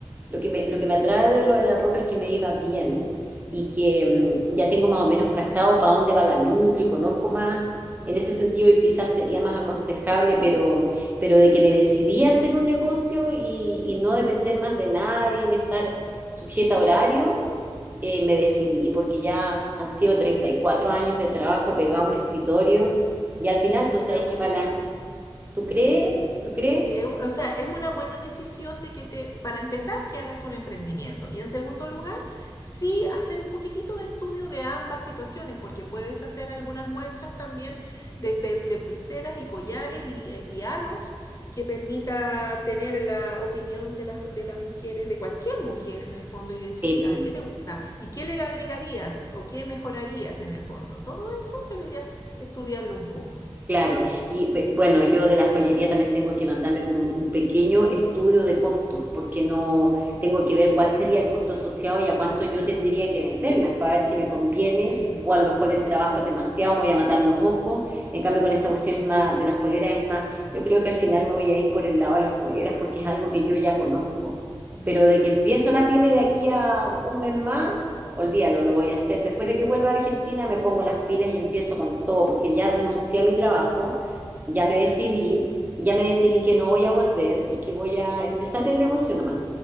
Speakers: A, on the right; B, on the left.
A: Lo que me, lo que me atrae de lo de la ropa es que me iba bien y que mm, ya tengo más o menos cachado para dónde va la micro y conozco más. En ese sentido, y quizás sería más aconsejable, pero pero de que me decidí a hacer un negocio y, y no depender más de nadie, en estar sujeta a horario, eh, me decidí porque ya han sido 34 años de trabajo pegado a un escritorio y al final
B: es
A: tú
B: una
A: sabes
B: buena
A: que para la,
B: decisión.
A: ¿tú
B: Mm.
A: crees? ¿Tú crees?
B: Sí, es- o sea, es una buena decisión de que te, para empezar, que hagas un emprendimiento. Y en segundo lugar, sí hacer un poquitito de estudio de ambas situaciones, porque puedes hacer algunas muestras también de, pe- de pulseras y collares y, eh, y aros que permita tener la opinión de las, de las mujeres, de cualquier mujer en el fondo, y decir,
A: Eh,
B: a ver, ¿qué te gusta? ¿Y qué le agregarías o qué mejorarías en el fondo? Todo eso deberías estudiarlo un poco.
A: Claro, y be- bueno, yo de la joyería también tengo que mandarme como un un pequeño estudio de costos, porque no tengo que ver cuál sería el costo asociado y a cuánto yo tendría que venderlas para ver si me conviene
B: Sí,
A: o a lo mejor
B: sí.
A: el trabajo es demasiado, me voy a matar los ojos. En cambio, con esta cuestión es más, de las poleras es más, yo creo que al final me voy a ir por el lado de las poleras porque es algo que yo ya conozco.
B: Mm.
A: Pero de que empiezo la pyme de aquí a un mes más, Olvídalo, lo voy a hacer. Después de que vuelva a Argentina,
B: Sí.
A: me pongo las pilas y empiezo con todo, porque ya renuncié a mi trabajo, ya me decidí, y ya me decidí que no voy a volver y que voy a empezar el negocio nomás.